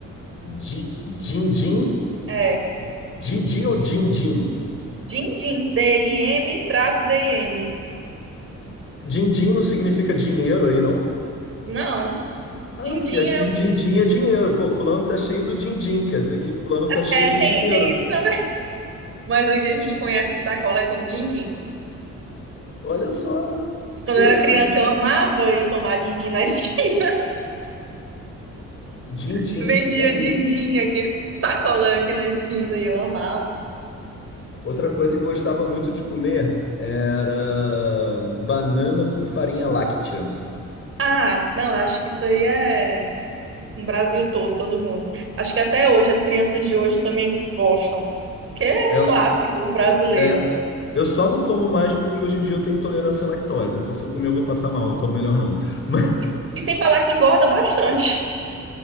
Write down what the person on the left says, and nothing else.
Din-din
Didi ou din-din?
Din-din não significa dinheiro aí, não?
Ah,
não, porque aqui
din-din é dinheiro. Pô, fulano tá cheio do din-din, quer dizer que fulano tá cheio
do
dinheiro.
Olha só,
interessante.
Din-din,
tá vendo?
Outra coisa que eu gostava muito de comer era banana com farinha láctea.
É,
eu,
só-
é, eu só não como mais porque hoje em dia eu tenho intolerância à lactose, então se eu comer eu vou passar mal, então melhor não. <laughs> Mas-